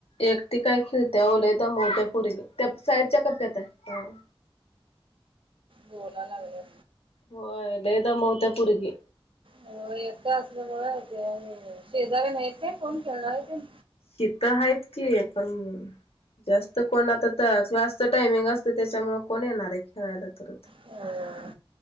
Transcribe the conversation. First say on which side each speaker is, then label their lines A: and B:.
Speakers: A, on the left; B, on the right.
A: एकटी काय खिळत्या आवो लय दमवत्या पोरी. त्या साईडच्या कप्यात आहे.
B: बोलायला लागल्या
A: होय लय दमवत्या पोरगी
B: हो एकट असल्या मुळ ते आणि शेजारी नाहीेत कोण खेळणारे तेन
A: तिथं आहेत की पण, जास्त कोण आता तर क्लासच टायमिंग असत त्याच्यामुळे कोण येणार आहेत. खेळायला तरी
B: होय.